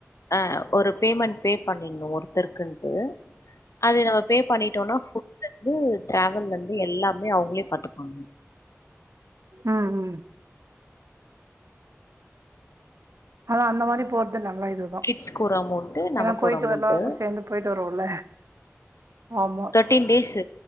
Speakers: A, on the left (about 80°); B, on the right (about 70°).
A: அ ஒரு பேமெண்ட் பே பண்ணிணு ஒருத்தருக்குன்ட்டு அது நம்ம பே பண்ணிட்டோனா ஃபுட்லருந்து ட்ராாவல்லேருந்து எல்லாமே அவுங்களே பாத்துக்வாங்க
B: ம் ம் அது அந்த மாரி போறது நல்ல இது
A: கிட்ஸ்க்கு ஒரு அமௌண்ட்டு, நமக்கு
B: ஏனா போயிட்டு
A: ஒரு அமௌண்ட்டு.
B: வரலோருக்கு சேந்து போயிட்டு வருவோல ஆமா
A: பி்ஃப்டீன் டேஸு